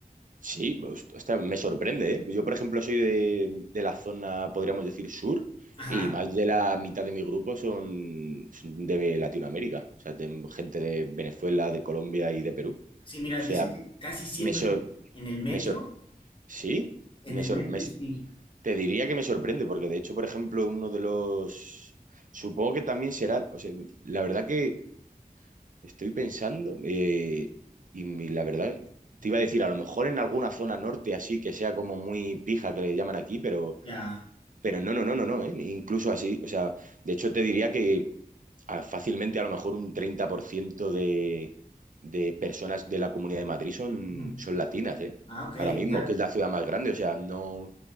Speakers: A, on the right (about 60°); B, on the left (about 35°).
A: Sí, host- ostras, me sorprende, ¿eh? Yo, por ejemplo, soy de, de la zona, podríamos decir, sur,
B: Ajá.
A: y más de la mitad de mi grupo son son de Latinoamérica, o sea, de- gente de Venezuela, de Colombia y de Perú. O
B: Sí, mira, dice
A: sea,
B: que casi siempre
A: me, sor-
B: es en el metro,
A: me sor- sí,
B: en
A: me,
B: el
A: sor-
B: metro
A: me
B: y sí,
A: Te diría que me sorprende, porque de hecho, por ejemplo, uno de los... Supongo que también será, o sea, la verdad que estoy pensando, eh, y mi- la verdad, te iba a decir, a lo mejor en alguna zona norte así, que sea como muy pija, que le llaman aquí, pero,
B: ya.
A: pero no, no, no, no, no, eh, Incluso así, o sea, de hecho te diría que a- fácilmente a lo mejor un 30% de, de personas de la Comunidad de Madrid son,
B: Ujú.
A: son latinas, ¿eh?
B: Ah, ok,
A: Ahora mismo,
B: o sea,
A: que es la ciudad más grande. O sea, no,